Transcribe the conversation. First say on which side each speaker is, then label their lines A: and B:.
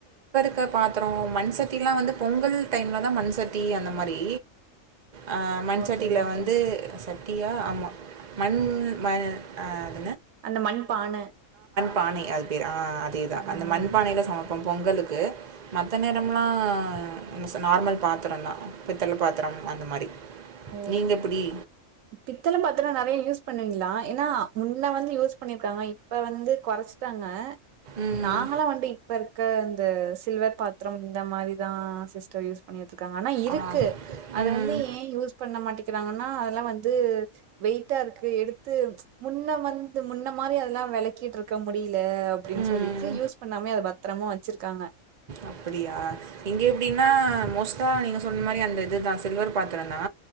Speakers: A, on the right; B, on the right.
A: பொங்க பாத்ரோ மண்சட்டிலா வந்து பொங்கல் டைம்லதா மண்சட்டி அந்த மாரி அ மண்
B: ஓகே
A: சட்டியில
B: சிஸ்டர்
A: வந்து சட்டியா ஆமா மண் ம அ
B: அந்த மண் பான
A: பானை அது பேரு ஆ அதேதா
B: ஆ
A: அந்த மண்பானையில சமப்போ பொங்கலுக் கு மத்த நேரம்லா என்ன சொல்ல நார்மல் பாத்ரோதா பித்தள பாத்ரம் அந்த மாரி
B: ஓ
A: நீங்க எப்டி?
B: பித்தள பாத்ரோ நெறைய யூஸ் பண்ணுவீங்ளா ஏன்னா முன்ன வந்து யூஸ் பண்ணிருக்காங்க இப்ப வந்து கொறச்சிட்டாங்க
A: ம்.
B: நாங்களா வந்து இப்ப இருக் க இந்த சில்வர் பாத்ரம் இந்த மாரி தா சிஸ்டர் யூஸ் பண்ணிட்ருக் காங்க ஆனா இருக்கு
A: ஆ.
B: அத
A: ம்.
B: வந்து ஏ யூஸ் பண்ண மாட்டிக்கிறாங்கன்னா அதெல்லா வந்து வெயிட்டா இருக்கு எடுத்து முன்ன வந்து முன்ன மா ர் அதெல்லா வெளக்கிட்ருக்க முடில அப்டின்னு
A: ம்.
B: சொல்லிட்டு யூஸ் பண்ணாமயே அத பத்ரமா வெச்சிருக்காங்க
A: அப்டியா இங்க எப்டினா மோஸ்ட் டா நீங்க சொன்ன மாரி அந்த இதுதா சில்வர் பாத்ரோதா